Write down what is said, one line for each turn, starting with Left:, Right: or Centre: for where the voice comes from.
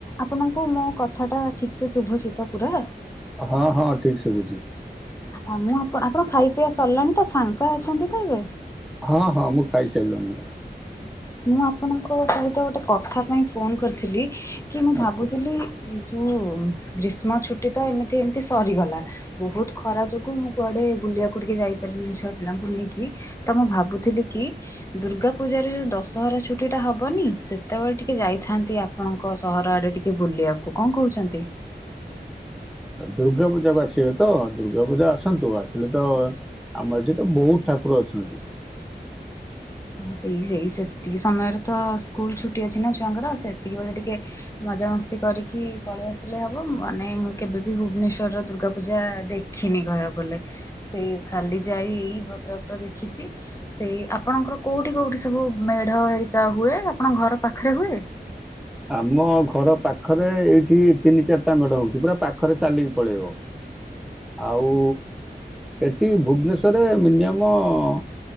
Left: ଆପଣଙ୍କୁ ମୁଁ କଥା ଟା ଠିକ ସେ ଶୁଭଚିତ ପୁରା।
Centre: ହଁ ହଁ ଠିକ ଶୁଭୁଚି।
Left: ଆଉ ମୁଁ ଆପଣ ଆପଣ ଖାଇ ପିଇବା ସରିଲାଣି ତ ଫାଙ୍କା ଅଛନ୍ତି ତ ଏବେ।
Centre: ହଁ ହଁ ମୁଁ ଖାଇସାରିଲୁଣିି ପୁରା।
Left: ମୁଁ ଆପଣଙ୍କ ସହିତ ଗୋଟେ କଥା ପାଇଁ ଫୋନ କରିଥିଲି। କି ମୁଁ
Centre: ଆଚ୍ଛା।
Left: ଭାବୁଥିଲି ଏଇ ଯୋ ମୁଁ ଗ୍ରୀଷ୍ମ ଛୁଟି ତ ଏମିତି ଏମତି ସରିଗଲା ବହୁତ ଖରା ଯୋଗୁ ମୁଁ କୁଆଡେ ବୁଲିବାକୁ ଟିକେ ଯାଇପାରିନି ଛୁଆ ପିଲାଙ୍କୁ ନେଇକି ତ ମୁଁ ଭାବୁଥିଲି କି ଦୁର୍ଗା ପୂଜାରେ ଯୋଉ ଦଶ ସହର ଛୁଟି ଟା ହବନି ସେତେବେଳେ ଟିକେ ଯାଇଥାନ୍ତି ଆପଣଙ୍କ ସହର ଆଡେ ଟିକେ ବୁଲିବାକୁ କଣ କହୁଛନ୍ତି।
Centre: ଦୁର୍ଗା ପୂଜାକୁ ଆସିଲେ ତ ଦୁର୍ଗା ପୂଜା ଆସନ୍ତୁ ଆସିଲେ ତ ଆମ ଏଠି ତ ବହୁତ ଠାକୁର ଅଛନ୍ତି।
Left: ହଁ ସେଇ ସେଇ ସେତିକି ସମୟରେ ତ ସ୍କୁଲ ଛୁଟି ଅଛି ନା ଛୁଆଙ୍କର ସେତିକି ବେଳେ ଟିକେ ମଜାମସ୍ତି କରିକି ପଳେଇ ଆସିଲେ ହବ ମାନେ ମୁଁ କେବେବ ଭୁବନେଶ୍ଵରର ଦୁର୍ଗା ପୂଜା ଦେଖିନି କହିବାକୁ ବଲେ ସେ ଖାଲି ଯାଇ ଭଦ୍ରକର ଦେଖିଛି ସେଇ ଆପଣଙ୍କର କୋଉଠି କୋଉଠି ସବୁ ମେଢ ଏରିକା ହୁଏ ଆପଣ ଘର ପାଖରେ ହୁଏ।
Centre: ଆମ ଘର ପାଖରେ ଏଇଠି ତିନି ଚାରିଟା ମେଡ଼ ହେଉଛି ପୁରା ପାଖରେ ଚାଲିକି ପଳେଇବ ଆଉ ଏଠି ଭୁବନେଶ୍ୱରରେ ମିନିମମ୍